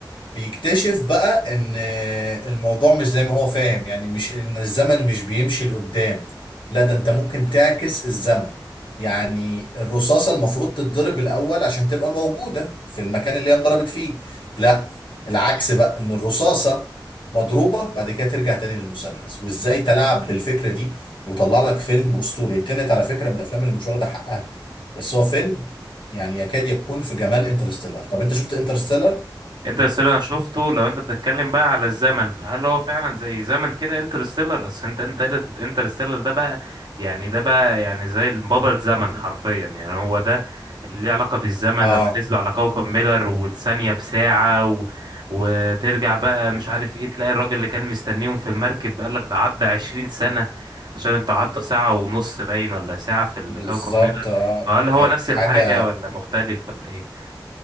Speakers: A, on the left (about 85°); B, on the right (about 65°).
A: بيكتشف بقى ان الموضوع مش زي ما هو فاهم يعني مش ان الزمن مش بيمشي لقدام لا ده انت ممكن تعكس الزمن يعني الرصاصة المفروض تتضرب الأول عشان تبقى موجودة في المكان اللي هي انضربت فيه لا العكس بقى ان الرصاصة مضروبة بعد كده ترجع تاني للمسدس وازاي تلعب بالفكرة دي وطلع لك فيلم أسطوري تنت على فكرة من الأفلام اللي مش واخدة حقها بس هو فيلم يعني يكاد يكون في جمال انترستيلر طب انت شفت انترستيلر؟
B: انترستيلر انا شفته لو انت بتتكلم بقى على الزمن فهل هو فعلا زي زمن كده انترستيلر اصل انت انت انترستيلر ده بقى يعني ده بقى يعني زي بابا الزمن حرفيا يعني هو ده اللي ليه علاقة بالزمن
A: اه
B: لما نزلوا على كوكب ميلر والثانية بساعة و... وترجع بقى مش عارف ايه تلاقي الراجل اللي كان مستنيهم في المركب قالك ده عدى عشرين سنة عشان انتوا قعدتوا ساعة ونص باين ولا ساعة في الكوكب
A: بالظبط
B: ميلر
A: آه.
B: فهل هو
A: كانت
B: نفس
A: حاجة
B: الحاجة ولا مختلف ولا ايه؟